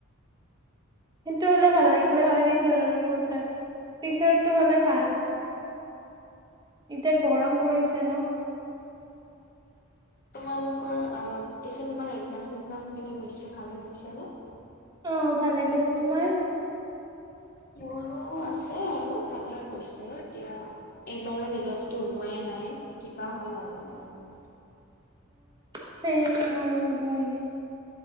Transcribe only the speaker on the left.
তোমালোকৰ অ পিছে তোমাৰ এক্জাম চগজাম কেনে গৈ ভালে গৈ হৈছে নে
মোৰো আছে আৰু ভালে গৈছে এতিয়া এইবাৰো নিজো ওলোৱাই নাই কিবা হয়ল মানত